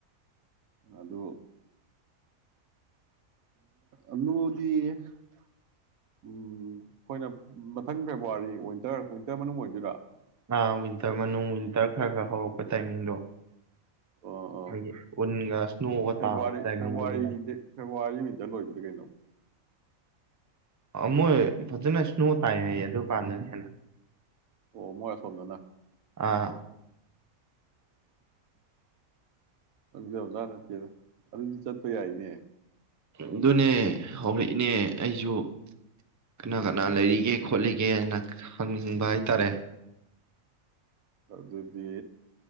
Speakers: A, on the right; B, on the right.
A: ꯑꯗꯣ ꯑꯗꯨꯂꯨꯗꯤ ꯑꯩꯈꯣꯏꯅ ꯃꯊꯪ ꯐꯦꯕꯋꯥꯔꯤ ꯋꯤꯟꯇꯔ ꯋꯤꯟꯇꯔ ꯃꯅꯨꯡ ꯑꯣꯏꯗꯣꯏꯔꯥ
B: ꯑ ꯋꯤꯟꯇꯔ ꯃꯅꯨꯡ ꯋꯤꯟꯇꯔ ꯈꯔ ꯈꯔ ꯍꯧꯔꯛꯄ ꯇꯥꯏꯃꯤꯡꯗꯣ
A: ꯑꯣ ꯑꯣ
B: ꯑꯩꯈꯣꯏꯒꯤ ꯎꯟꯒ ꯁ꯭ꯅꯣꯒ
A: ꯐꯦꯕꯋꯥꯔꯤ
B: ꯇꯥꯕ ꯇꯥꯏꯃꯤꯡꯗꯨꯅꯦꯃꯤ
A: ꯐꯦꯕꯋꯥꯔꯤꯗ ꯐ ꯋꯥꯔꯤ ꯃꯤꯇ ꯂꯣꯏꯗ꯭ꯔꯔꯤ ꯀꯩꯅꯣ
B: ꯃꯣꯏ ꯐꯖꯅ ꯏꯁꯅꯣ ꯇꯥꯏ ꯍꯥꯏ ꯑꯗꯨ ꯀꯥꯟꯗꯅ ꯍꯦꯟꯅ
A: ꯑꯣ ꯃꯣꯔ ꯁꯣꯝꯅꯅ
B: ꯑꯥ
A: ꯈꯪꯖꯥꯕ ꯖꯥꯠ ꯅꯠꯇꯦꯗ ꯑꯗꯨꯗꯤ ꯆꯠꯄ ꯌꯥꯏꯅꯦ
B: ꯑꯗꯨꯅꯦ ꯍꯧꯔꯛꯏꯅꯦ ꯑꯩꯁꯨ ꯀꯅꯥ ꯀꯅꯥ ꯂꯩꯔꯤꯒꯦ ꯈꯣꯠꯂꯤꯒꯦꯅ ꯍꯪꯅꯤꯡꯕ ꯍꯥꯏ ꯇꯔꯦ
A: ꯑꯗꯨꯗꯤ